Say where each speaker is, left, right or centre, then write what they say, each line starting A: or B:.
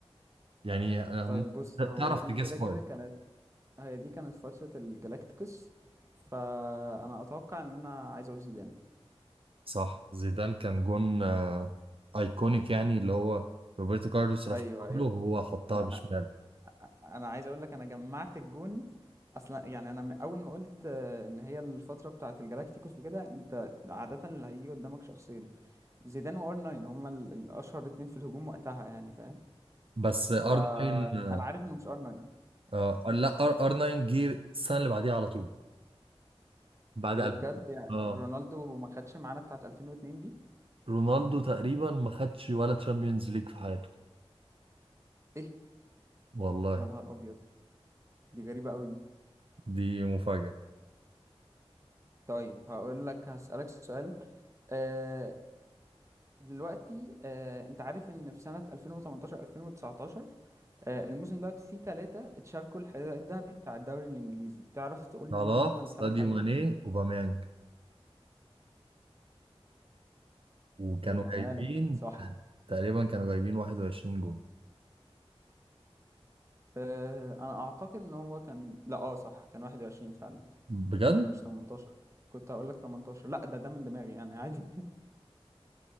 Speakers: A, on the right; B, on the right.
A: يعني آه،
B: طيب
A: م-
B: بص هو
A: تعرف
B: دي
A: تجس
B: كده
A: كويس
B: كده كانت هي دي كانت فترة الجلاكتيكوس فانا اتوقع ان انا عايز اقول زيدان
A: صح زيدان كان جون آه، ايكونيك يعني اللي هو روبرتو كارلوس رفعه
B: ايوه ايوه
A: له وهو حطها
B: انا
A: بشمال
B: انا عايز اقول لك انا جمعت الجون اصلا يعني انا م- اول ما قلت آه، ان هي الفتره بتاعه الجالاكتيكوس وكده انت عاده اللي هيجي قدامك شخصين زيدان وار 9 هما ال- الاشهر اتنين في الهجوم وقتها يعني فاهم
A: بس ارنولد
B: فانا
A: آه،
B: عارف انه مش ار 9
A: اه آه، لا ار ار 9 جه السنه اللي بعديها على طول بعد
B: ايه
A: 2000
B: ده بجد يعني
A: اه
B: رونالدو ما خدش معانا بتاعه 2002 دي
A: رونالدو تقريبا ما خدش ولا تشامبيونز ليج في حياته
B: ايه
A: والله
B: يا نهار ابيض دي غريبه قوي دي
A: دي مفاجاه
B: طيب هقول لك هسالك سؤال آه، دلوقتي آه، انت عارف ان في سنة 2018 2019 آه، الموسم دوت فيه ثلاثة اتشاركوا الحذاء الذهبي بتاع الدوري الانجليزي تعرف تقول
A: صلاح
B: لي مين هم الثلاث
A: ساديو
B: لعيبة
A: ماني اوباميانج وكانوا
B: يا جمالك
A: جايبين
B: صح
A: تقريبا كانوا جايبين 21 جول
B: آه، انا اعتقد ان هو كان لا اه صح كان 21 فعلا
A: بجد
B: آه، مش 18 كنت هقول لك 18 لا ده ده من دماغي يعني عادي <laughs>